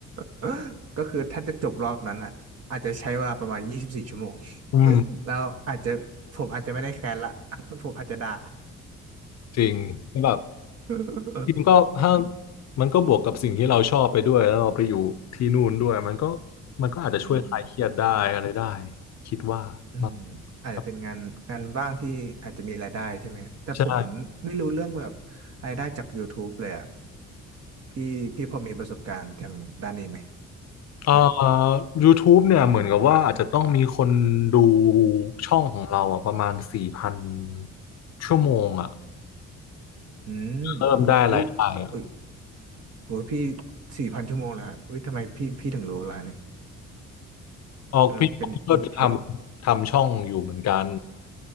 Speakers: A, on the right; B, on the left.
A: <laughs> ก็คือถ้าจะจบรอบนั้นอ่ะอาจจะใช้เวลาประมาณยี่สิบสี่ชั่วโมง
B: <laughs> อืม
A: แล้วอาจจะผมอาจจะไม่ได้แคร์ละ <laughs> ผมอาจจะด่า
B: จริงแบบ
A: <laughs>
B: จริงก็ถ้ามันก็บวกกับสิ่งที่เราชอบไปด้วยแล้วเราไปอยู่ที่นู่นด้วยมันก็มันก็อาจจะช่วยคลายเครียดได้อะไรได้
A: อืม
B: คิดว่าเนาะ
A: อืมอาจจะเป็นงานงานบ้างที่อาจจะมีรายได้ใช่ไหมแต่ผมไม่รู้เรื่องแบบ
B: ครับใช่
A: รายได้จาก YouTube เลยอ่ะพี่พี่พอมีประสบการณ์ทางด้านนี้ไหม
B: เอ่อ
A: แบบ
B: YouTube เนี่ยเหมือนกับว่าอาจจะต้องมีคนดูช่องของเราอ่ะประมาณสี่พันชั่วโมงอ่ะ
A: อืม
B: เริ่มได้รายได้อ่ะ
A: อุ้ยอุ้ยอุ้ยพี่สี่พันชั่วโมงเลยฮะอุ้ยทำไมพี่พี่ถึงรู้ล่ะเนี่ย
B: ออกพี่พี่ก็ทำทำช่องอยู่เหมือนกัน
A: มันเป็นอินเทอร์